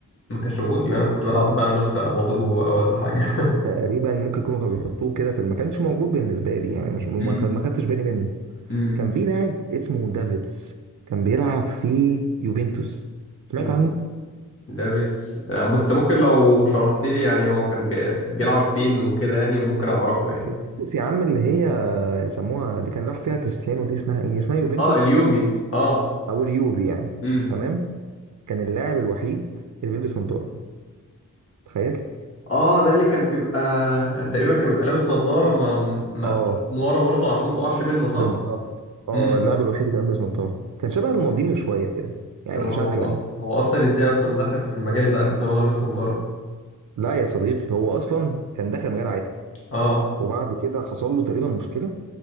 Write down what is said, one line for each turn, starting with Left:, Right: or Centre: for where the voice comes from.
Left: ما كانش موجود يبقى انا كنت بلعب بقى نسخه مضروبه بقى ولا حاجه
Right: تقريبا ممكن يكونوا كانوا بيحطوه كده في الم- ما كانش موجود بالنسبه لي يعني
Left: <laughs>
Right: مش ما
Left: امم
Right: خد- ما خدتش بالي منه
Left: امم
Right: كان في لاعب اسمه دافيدز كان بيلعب في يوفنتوس سمعت
Left: يو
Right: عنه
Left: دافيدز آه، انت ممكن لو شرحت لي يعني هو كان بي- بيلعب فين وكده يعني ممكن اعرفه يعني
Right: يوفنتوس يا عم اللي هي يسموها اللي كان راح فيها كريستيانو دي اسمها ايه اسمها يوفنتوس
Left: اه اليوفي اه
Right: او اليوفي يعني
Left: امم
Right: تمام كان اللاعب الوحيد اللي بيلبس نظاره تخيل
Left: اه ده اللي كان بيبقى تقريبا كان بيبقى لابس نظاره ما مقفول
Right: اه
Left: من ورا برضه عشان ما تقعش منه صح
Right: بالظبط اه
Left: امم
Right: اللاعب الوحيد اللي كان بيلبس نظاره كان شبه رونالدينيو شويه كده يعني
Left: طب هو
Right: شكلا
Left: هو اصلا ازاي اصلا دخل في المجال ده اساسا وهو لابس نظاره
Right: لا يا صديقي هو اصلا كان داخل مجال عادي
Left: اه
Right: وبعد كده حصل له تقريبا مشكله